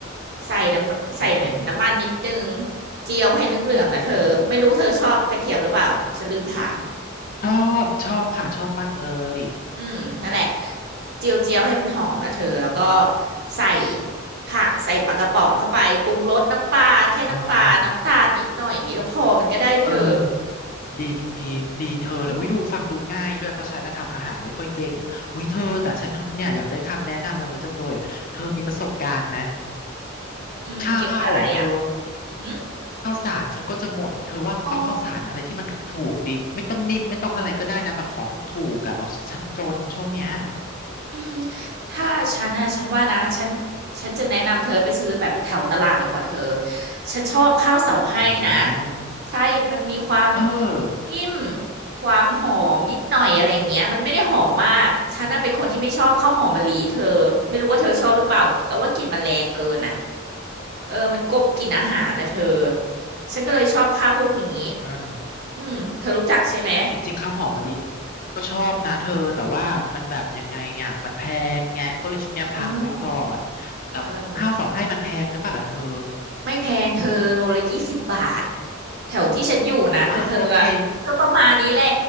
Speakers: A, on the right (about 55°); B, on the left (about 45°).
A: ใส่น้ำใส่น้ำมันนิดนึง
B: อืมอหืม
A: เจียวให้เหลืองๆนะเธอไม่รู้เธอชอบกระเทียมหรือเปล่าฉันลืมถาม
B: ออืมอืมชอบชอบค่ะชอบมากเลย
A: อืมนั่นแหละเจียวเจียวให้มันหอมอ่ะเธอแล้วก็ใส่ผักใส่ปลากระป๋องเข้าไปปรุงรสน้ำปลาแค่น้ำปลาน้ำตาลนิดหน่อยอย่างงี้ก็พอมันก็ได้เธอ
B: อ่าเออดีดีเธอเลยอุ้ยดูฟังดูง่ายด้วยเพราะฉันน่ะทำอาหารไม่ค่อยเก่งอุ้ยเธอแต่ฉันน่ะเนี่ยอยากได้คำแนะนำอันนี้จังเลยเธอมีประสบการณ์ไหม
A: อืมอืมเกี่ยวกับอะไรอ่ะ
B: ข้าวอ่ะเธอ
A: หืม
B: ข้าวสารฉันก็จะหมดเธอว่าเอาข้าวสารอะไรที่มันถูกๆดี
A: อ๋อ
B: ไม่ต้องนิ่มไม่ต้องอะไรก็ได้นะ แบบขอถูกๆกับเอาฉันจนช่วงเนี้ย
A: อืมถ้าฉันนะฉันว่านะฉันฉันจะแนะนำเธอไปซื้อแบบแถวตลาดดีกว่าเธอฉันชอบข้าวเสาให้นะ
B: อ๋อ
A: ใช่มันมีความ
B: เออ
A: นิ่มความหอมนิดหน่อยอะไรอย่างเงี้ยมันไม่ได้หอมมากฉันน่ะเป็นคนที่ไม่ชอบข้าวหอมมะลิเธอไม่รู้ว่าเธอชอบหรือเปล่าแล้วว่ากลิ่นมันแรงเกินอ่ะ
B: อือหือ
A: เออมันกลบกลิ่นอาหารนะเธอฉันก็เลยชอบข้าวพวกนี้
B: อ่า
A: อืมเธอรู้จักใช่ไหม
B: จริงๆข้าวหอมมะลิก็ชอบนะเธอแต่ว่ามันแบบยังไงอ่ะมันแพงไงก็เลยช่วงเนี้ยพักไว้ก่อน
A: อืมอ๋อ
B: แต่ข้าวเสาให้มันแพงหรือเปล่าล่ะเธอ
A: เออ ไม่แพงเธอโลละยี่สิบบาทแถวที่ฉันอยู่นะแต่เธออะก็ประมาณนี้แหละ
B: อ่ะโอเค